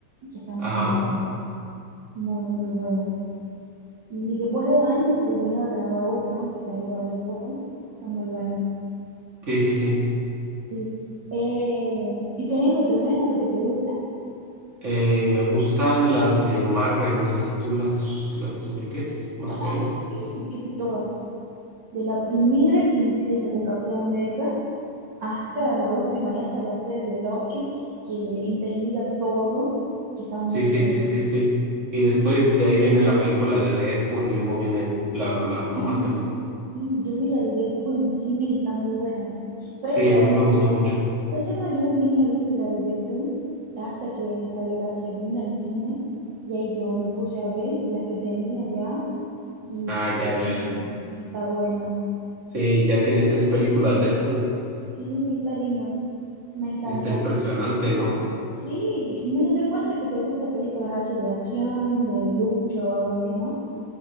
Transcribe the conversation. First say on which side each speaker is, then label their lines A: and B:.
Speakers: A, on the right; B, on the right.
A: que está muy
B: Ajá.
A: bueno, muy, muy bueno. Y después de años, él venía a grabar otro, ¿no? Que salió hace poco. Está muy bueno.
B: Sí, sí, sí.
A: Sí. Eh, ¿y tenés otro género que te guste?
B: Eh, me gustan las de Marvel. No sé si tú las, las ubiques, más
A: Ah,
B: o menos.
A: sí, yo vi todas. De la primera que empieza con Capitán América hasta la última y hasta la serie de Loki que interliga todo, que está muy
B: Sí, sí,
A: buena.
B: sí, sí, sí. Y después de ahí viene la película de Deadpool y luego viene bla, bla, bla, ¿no?
A: Y
B: Más temas.
A: sí, yo vi la de Deadpool en cine y está muy buena. Pero
B: Sí,
A: esa
B: a mí me gustó mucho.
A: pero esa verdad, yo no tenía visto la de Deadpool hasta que salió la segunda en cine y ahí yo me puse a ver las que tenía ya y
B: Ah, ya, ya,
A: mm,
B: ya.
A: está buena.
B: Sí, ya tiene tres películas Deadpool.
A: Sí, está lindo, me encanta.
B: Está impresionante, ¿no?
A: Sí, me doy cuenta que te gustan películas así de acción, de lucha o algo así, ¿no?